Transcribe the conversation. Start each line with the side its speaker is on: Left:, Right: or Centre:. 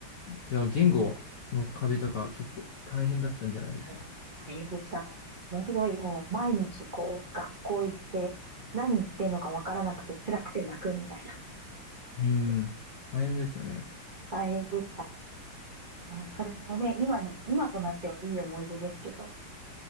Left: じゃあ、言語の壁とか結構大変だったんじゃないですか
Right: えー、大変でした。ものすごい、もう毎日こう、学校行って、何言ってんのかわからなくて辛くて泣くみたいな。
Left: うん、大変ですよね。
Right: 大変でした。まあ、それもね、今に、今となってはいい思い出ですけど。